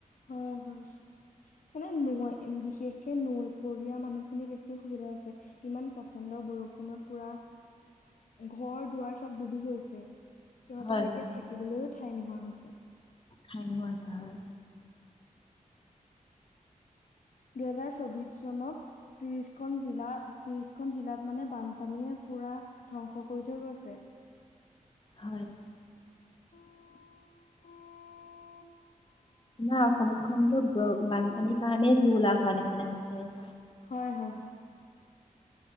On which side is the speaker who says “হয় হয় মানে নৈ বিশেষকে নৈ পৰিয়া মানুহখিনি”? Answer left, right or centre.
Left